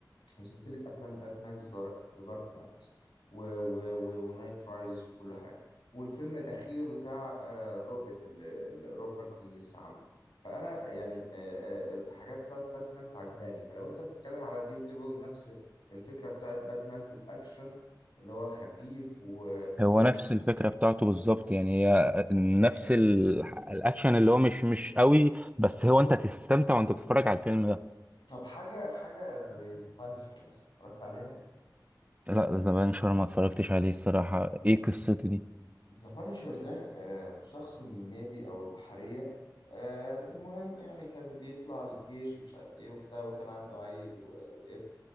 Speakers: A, on the left (about 80°); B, on the right (about 20°).
A: وسلسلة أفلام باتمان ذا دارك نايت ونايت رايزز وكل حاجة والفيلم الأخير بتاع آه، روبرت اللي اللي- روبرت اللي لسه عامله فأنا يعني آه، آه، الحاجات بتاعت باتمان فعجباني فلو أنت بتتكلم على دير ديفل نفس الفكرة بتاعت باتمان في الأكشن اللي هو خفيف و...
B: هو نفس الفكرة بتاعته بالظبط يعني هي آه، نفس ال- الاكشن اللي هو مش مش قوي بس هو انت تستمتع وانت بتتفرج على الفيلم ده
A: طب حاجة حاجة زي ذا بانشر مثلا اتفرجت عليها؟
B: لا ذا بانشر ما اتفرجتش عليه الصراحة ايه قصته دي
A: ذا بانشر ده آه، شخص من النيفي أو البحرية آه، المهم يعني كان بيطلع للجيش ومش عارف إيه وبتاع وكان عنده عيل و- وابن